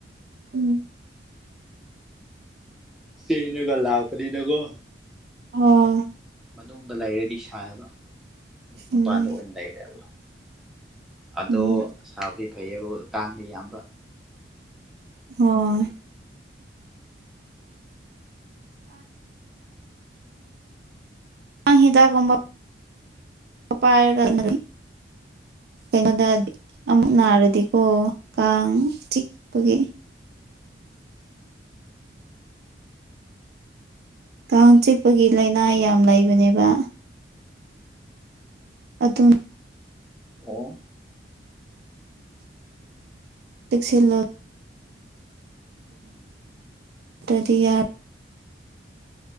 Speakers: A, on the right; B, in the centre.
A: ꯎꯝ
B: ꯆꯦꯅꯦꯒ ꯂꯥꯛꯄꯅꯤ ꯅꯒꯣ
A: ꯑꯣ
B: ꯃꯅꯨꯡꯗ ꯂꯩꯔꯗꯤ ꯁꯥꯥꯏꯕ ꯃꯄꯥꯟꯗ
A: ꯎꯝ
B: ꯑꯣꯏꯅ ꯂꯩꯔꯦꯕ ꯑꯗꯣ
A: ꯎꯝ
B: ꯁꯥꯕꯗꯤ ꯐꯩꯌꯦꯕꯨ ꯀꯥꯡꯗꯤ ꯌꯥꯝꯕ
A: ꯍꯣꯏ ꯉꯥꯡ ꯍꯤꯗꯒꯨꯝꯕ ꯄꯥꯏꯔꯒꯥꯟꯗꯤ ꯀꯩꯏꯅꯣꯗ ꯗꯤꯛ ꯑꯃꯨꯛ ꯅꯥꯔꯗꯤꯀꯣ
B: ꯎꯝ
A: ꯀꯥꯡ ꯆꯤꯛꯄꯒꯤ ꯀꯥꯡ ꯆꯤꯛꯄꯒꯤ ꯂꯥꯏꯅꯥ
B: ꯎꯝ
A: ꯌꯥꯝ ꯂꯩꯕꯅꯦꯕ ꯑꯗꯨꯝ
B: ꯑꯣ
A: ꯇꯦꯛꯁꯤꯟꯂꯣꯠ
B: ꯎꯝ
A: ꯇꯨꯗꯤ ꯌꯥꯞ